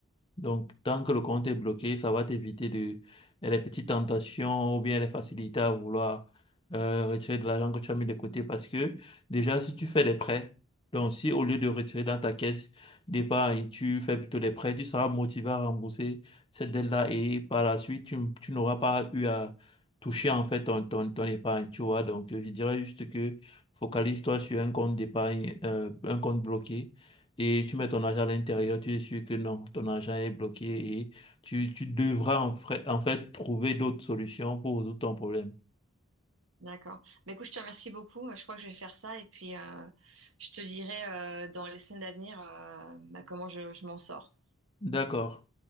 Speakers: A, on the left; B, on the right.
A: Donc, tant que le compte est bloqué, ça va t'éviter de, les petites tentations ou bien les facilités à vouloir euh, retirer de l'argent que tu as mis de côté. Parce que déjà, si tu fais des prêts, donc si au lieu de retirer dans ta caisse départ et tu fais plutôt des prêts, tu seras motivé à rembourser cette dette-là et par la suite, tu, tu n'auras pas eu à toucher en fait ton, ton, ton épargne, tu vois. Donc, euh, je dirais juste que focalise-toi sur un compte d'épargne, euh, un compte bloqué et tu mets ton argent à l'intérieur, tu es sûr que non, ton argent est bloqué et tu, tu devras en, fra- en fait trouver d'autres solutions pour résoudre ton problème.
B: D'accord. Bah, écoute, je te remercie beaucoup. Je crois que je vais faire ça et puis euh, je te dirai euh, dans les semaines à venir euh, bah, comment je je m'en sors.
A: D'accord.